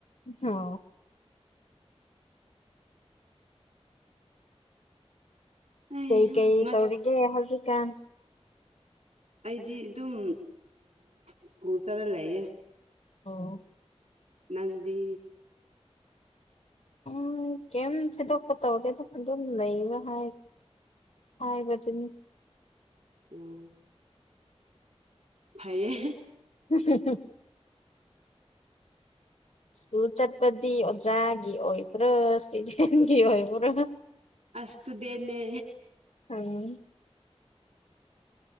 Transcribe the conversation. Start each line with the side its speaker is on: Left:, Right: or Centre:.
Left: ꯍꯣ
Right: ꯑꯩ
Left: ꯀꯩ ꯀꯩ
Right: ꯉ
Left: ꯇꯧꯔꯤꯒꯦ ꯍꯧꯖꯤꯛꯀꯥꯟ
Right: ꯑꯩꯗꯤ ꯑꯗꯨꯝ ꯁ꯭ꯀꯨꯜ ꯆꯔ ꯂꯩꯌꯦ
Left: ꯑꯣ
Right: ꯅꯗꯤ
Left: ꯎꯝ ꯀꯩꯝ ꯊꯤꯗꯣꯛꯄ ꯇꯧꯗꯦꯗ ꯑꯗꯨꯝ ꯂꯩꯕ ꯍꯥꯏ ꯍꯕꯖꯅꯤ
Right: ꯎꯝ ꯐꯌꯦ
Left: ꯎ ꯍ ꯁ꯭ꯀꯨꯜ ꯆꯠꯄꯗꯤ ꯑꯣꯖꯥꯒꯤ ꯑꯣꯏꯕ꯭ꯔꯥ ꯁꯤꯗꯤꯟꯒꯤ ꯑꯣꯏꯕ꯭ꯔꯥ
Right: ꯑꯁꯗꯦꯅꯦ
Left: ꯑꯝ